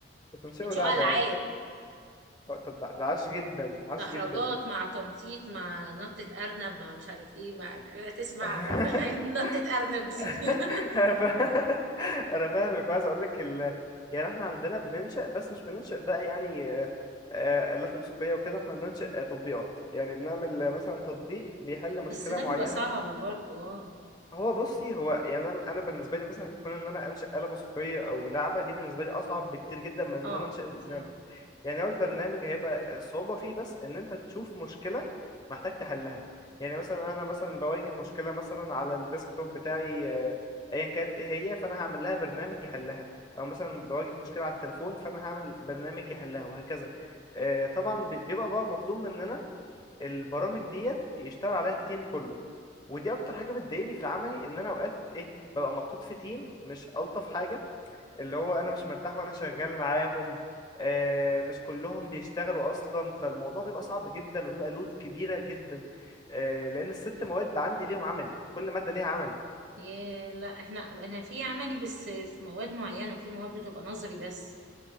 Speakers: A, on the left (about 20°); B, on the right (about 65°).
A: بتنشئوا
B: بنشوف
A: لعبة
B: العاب
A: يعني آه، طب ده ده عاش جدا
B: دحرجات
A: عاش جدا دي
B: مع تنطيط مع نطة أرنب مع مش عارف ايه مع لا تسمع
A: <laughs>
B: أر- <laughs> نطة أرنب دي
A: <laughs>
B: <laughs>
A: انا فا- <laughs> انا فاهمك وعايز اقول لك ال... يعني احنا عندنا بننشأ بس مش بننشأ بقى يعني آه، آه، آلات موسيقية وكده احنا بننشأ آه، تطبيقات يعني بنعمل آه، مثلا تطبيق بيحل
B: بس
A: مشكلة
B: ده
A: معينة
B: بيبقى صعب برضو اه
A: هو بصي هو يعني انا أنا بالنسبة لي مثلا كون ان انا انشأ آلة موسيقية او لعبة دي بالنسبة لي اصعب بكتير جدا من ان
B: اه
A: انا انشأ برنامج
B: فاهم
A: يعني هو البرنامج هيبقى الصعوبة فيه بس إن أنت تشوف مشكلة محتاج تحلها يعني مثلا أنا مثلا بواجه مشكلة مثلا على الديسكتوب بتاعي آه، أيا كانت إيه هي فأنا هعمل لها برنامج يحلها أو مثلا بواجه مشكلة على التليفون فأنا هعمل برنامج يحلها وهكذا آه، طبعا بي- بيبقى بقى مطلوب مننا البرامج ديت يشتغل عليها التيم كله ودي أكتر حاجة بتضايقني في العملي إن أنا أوقات إيه ببقى محطوط في تيم مش ألطف حاجة اللي هو انا مش مرتاح وانا شغال معاهم آه، مش كلهم بيشتغلوا اصلا فالموضوع بيبقى صعب جدا وبيبقى لود كبيرة جدا آه، لان الست مواد عندي ليهم عملي كل مادة ليها عملي
B: ياه لا احنا انا في عملي بس في مواد معينة في مواد بتبقى نظري بس